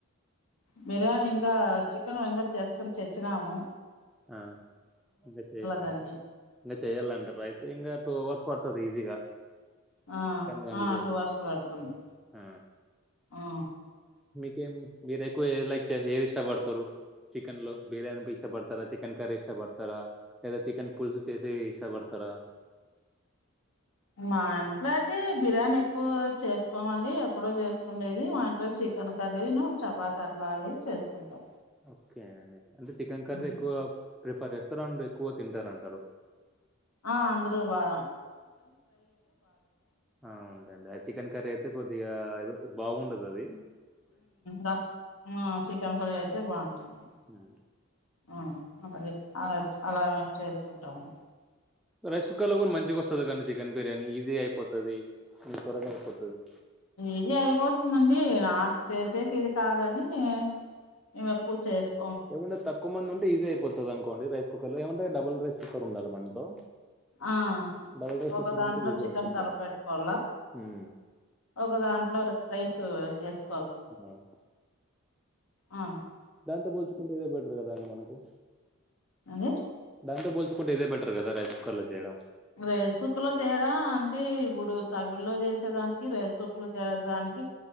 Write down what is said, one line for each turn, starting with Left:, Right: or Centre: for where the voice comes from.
Left: బిర్యానీ ఇంకా చికెన్ ఇకా చేస్తాని తెచ్చినాము
Centre: ఆ ఇంకా చెయ్యాలండి
Left: దాన్ని
Centre: ఇంకా చెయ్యాలంట అయితే ఇంకా టూ అవర్స్ పడుతుంది ఈజీగా
Left: ఆ
Centre: గంటల
Left: ఆ
Centre: సేపు.
Left: టూ వర్స్ పెడుతుంది
Centre: ఆ!
Left: ఆ
Centre: బేర ఎకు ైక్ హర్ ఇష్ట పడతవారు చికెన్ లో బిర్యానీ ప ఇష్ట పడతారు చికెన్ కరీ ఇష్టపడతారా లేదా చికెన్ పులుసు చేసి ఇష్టపడతా తరా
Left: మా ఇంట్లో అయితే బిర్యానీ ఎక్కువ చేసుకోమండి ఎప్పుడో చేసుకుండేది మా ఇంట్లో చికెన్ కర్రీ ను్ చపాతి అట్లా చేసుకుంటాం
Centre: ఓకే అడి అంటే చికెన్ కర్రీ
Left: హ్మ్.
Centre: ఎక్కువ ప్రిఫర్ చేస్తారు ఎక్కువ తింటారంటారు
Left: ఆ అంద్ర బా
Centre: ఆ ఉండండి అ చికెన్ కర్రీ అయితే కొద్దిగా బాగుండదు అది
Left: రస్ చికెన్ కర్రీ అయితే బాగుంటుంది
Centre: హ్మ్.
Left: ఆ అదే అలా మేము చేసుకుంటాము
Centre: రైస్ కుక్కర్ లో కూడా మంచిగా వస్తది కానీ చికెన్ బిర్యానీ ఈజీ అయిపోతుది త్వరగా అయిపోతుది
Left: ఇది అయిపోతుందండి నాకు చేసేకి ఇది కాదని మేము ఎక్కువ చేస్తం
Centre: ఏముంటే తక్కు మందు ఉంటడి ఈజీ అయిపోతుంది అనుకోండి రైస్ కుక్కర్ లో ఏమంట డుల్ రైస్ కుక్కర్ ఉండాలి మనతో
Left: ఆ
Centre: డబుల్ రైస్
Left: ఒక
Centre: కుక్కర్
Left: దాంట్లో
Centre: ఉంటే ఈజీ
Left: చికెన్
Centre: అయిపోతది.
Left: కలిపెట్టుకోాల
Centre: హ్మ్.
Left: ఒక దాంట్లో రైస్ ఎస్
Centre: ఆ
Left: ఆ
Centre: దాంతా పోల్చుకుంటేదే ఇదే బెటర్ కదాండి మనకు
Left: అదే
Centre: దాంట బసు ంట ఇదే బెర్ కా రైస్ కుక్కర్ లో చేయడం
Left: రైస్ కుక్కర్ లో తేడా అంటే ఇప్పుడు తపిలో చేసి ప్రతిదానికి రైస్ కుక్కర్లు చేడానికి